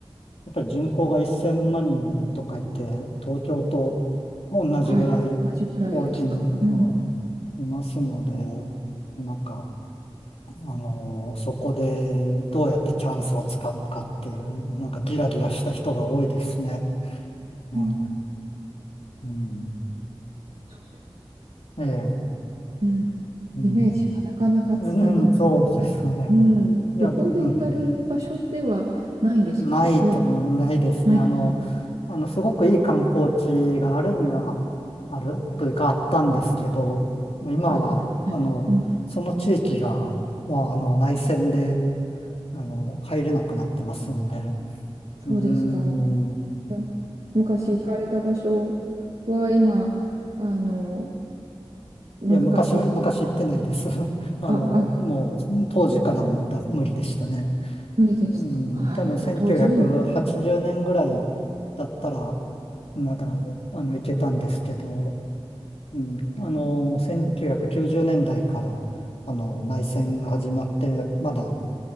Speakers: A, on the left; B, on the right.
A: やっぱり人口が1000万人とかいて、東京と同じぐらい大きい、
B: はい、同じぐらいですか。
A: うん、
B: うん、
A: いますので、なんか、あの、そこでどうやってチャンスをつかむかっていう、なんかギラギラした人が多いですね。ええ、
B: うん、
A: うん。
B: そうです。
A: ええ、
B: うん、
A: うん。
B: イメージがなかなかつきにくいけど、
A: うん、そうですよね。
B: うん、
A: いや、
B: 旅行で行かれる場所ではないんですかね。
A: で、うん、ないと思い、
B: どう、
A: ないですね。
B: ないかな。
A: あの、あの、すごくいい観光地があるには、あるというか、あったんですけど、今は、
B: あった。はい。
A: あの、
B: うん、
A: その地域が、まあ、あの、内戦で、あの、入れなくなってますんで、う
B: そうですか。
A: ーん、ま
B: じゃあ昔行かれた場所は今、
A: あ、
B: あの、難しいですか。
A: いや、昔、昔行ってないです。<laughs> あの、
B: あ、あ、
A: もう、当時からもうだ、無理でしたね。
B: 無理ですか。
A: うん、
B: はい。
A: 多分1980年ぐらい
B: あ、当時も無理。
A: だったら、まだ、あの、いけたんですけど、うん、あの、1990年代から、あの、内戦が始まって、まだ、